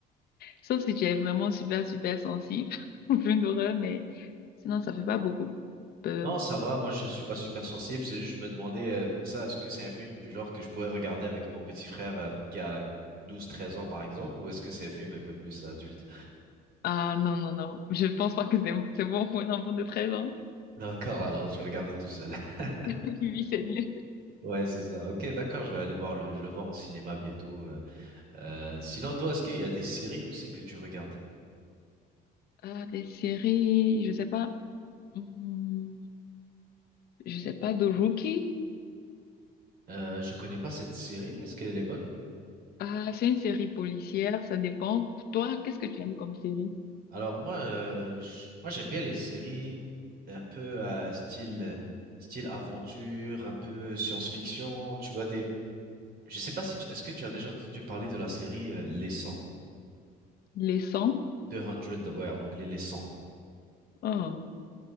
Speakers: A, on the left; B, on the right.
A: Sauf si tu es vraiment super, super sensible <laughs> au film d'horreur, mais sinon, ça fait pas beaucoup peur.
B: Non, ça va. Moi, je suis pas super sensible. C'est juste, je me demandais euh, pour ça, est-ce que c'est un film du genre que je pourrais regarder avec mon petit frère euh, qui a douze, treize ans, par exemple, ou est-ce que c'est un film un peu plus adulte?
A: Ah non, non, non. Je pense pas que c'est bon, c'est bon pour un enfant de treize ans.
B: D'accord, alors je vais regarder tout seul. <laughs>
A: <laughs> Oui, c'est mieux.
B: Ouais, c'est ça. Ok, d'accord, je vais aller voir le, je vais le voir au cinéma bientôt. euh. Euh, sinon, toi, est-ce qu'il y a des séries aussi que tu regardes?
A: Ah, des séries, je sais pas. Hmm, je sais pas, de Rookie.
B: Euh, je connais pas cette série. Est-ce qu'elle est bonne?
A: Ah, c'est une série policière, ça dépend. Toi, qu'est-ce que tu aimes comme série?
B: Alors moi, euh, j- moi j'aime bien les séries un peu euh, style style aventure, un peu science-fiction. Tu vois des Je sais pas si tu- est-ce que tu as déjà entendu parler de la série euh, Les 100,
A: Les sangs.
B: 200, ouais, en anglais Les 100.
A: Oh,